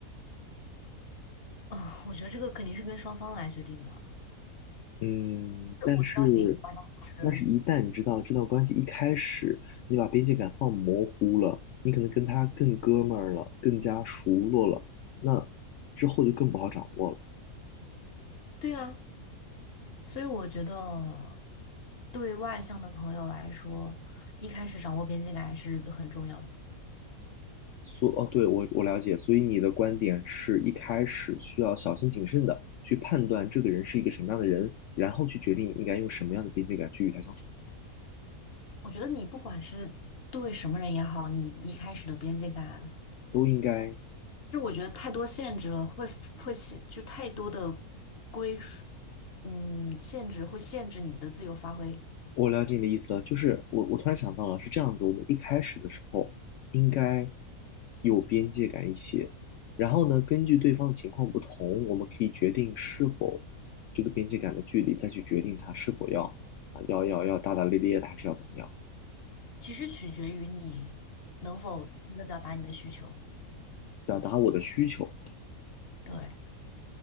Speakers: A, on the left (about 45°); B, on the left (about 65°).
A: 哦，我觉得这个肯定是跟双方来决定的。
B: 嗯，但是，
A: 我知道你的意思
B: 但是，
A: 是，
B: 一旦你知道这段关系一开始你把边界感放模糊了，你可能跟他更哥们儿了，更加熟络了，那之后就更不好掌握了。
A: 对啊，所以我觉得对外向的朋友来说，一开始掌握边界感还是很重要的。
B: 所哦，对，我我了解，所以你的观点是一开始需要小心谨慎的去判断这个人是一个什么样的人，然后去决定应该用什么样的边界感去与他相处，
A: 我觉得你不管是对什么人也好，你一开始的边界感。
B: 都应该。
A: 就我觉得太多限制了，会会限，就太多的归属，嗯，限制会限制你的自由发挥。
B: 我了解你的意思了，就是我我突然想到了，是这样子，我们一开始的时候应该有边界感一些，然后呢，根据对方的情况不同，我们可以决定是否这个边界感的距离，再去决定他是否要啊要要要大大咧咧的，还是要怎么样，
A: 其实取决于你能否真的表达你的需求。
B: 表达我的需求。
A: 对，